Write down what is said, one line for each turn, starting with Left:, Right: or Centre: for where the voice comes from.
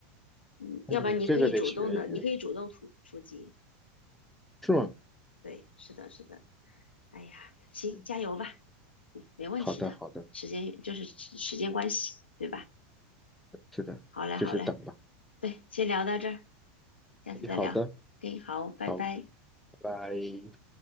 Left: 嗯，
Centre: 嗯，
Left: 要不然你可以主动的，
Centre: 这个得学一学，
Left: 你可以主动出出击。
Centre: 是吗？
Left: 对，是的，是的。哎呀，行，
Centre: 嗯，
Left: 加油吧，没问题的。
Centre: 好的好的，
Left: 时间就是时时间关系，对吧？
Centre: 是的，
Left: 好嘞，好嘞，
Centre: 就是等吧。
Left: 对，先聊到这儿，下次再聊。
Centre: 哎好的，
Left: OK，好，拜拜。
Centre: 好，拜拜。